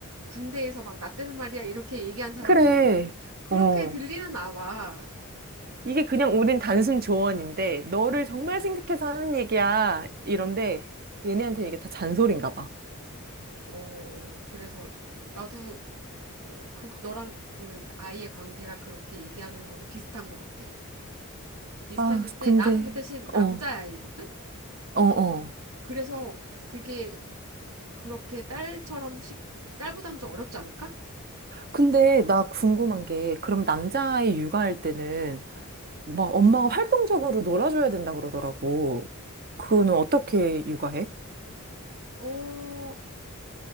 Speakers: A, on the right (about 80°); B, on the right (about 45°).
A: 군대에서 막 나 때는 말이야 이렇게 얘기한 사람처럼
B: 그래.
A: 그렇게
B: 어.
A: 들리는 나와.
B: 이게 그냥 우린 단순 조언인데 너를 정말 생각해서 하는 얘기야. 이런데 얘네한테 이게 다 잔소리인가 봐.
A: 어, 그래서 나도 어, 그 너랑 그 아이의 관계가 그렇게 얘기하는 거는 비슷한 것 같아. 비슷했는데
B: 아, 근데,
A: 나는 그 대신 남자아이거든?
B: 어, 어, 어.
A: 그래서 그게 그렇게 딸처럼 쉽, 딸보다는 좀 어렵지 않을까?
B: 근데 나 궁금한 게, 그럼 남자아이 육아할 때는 막 엄마가 활동적으로 놀아줘야 된다 그러더라고. 그거는 어떻게 육아해?
A: 어,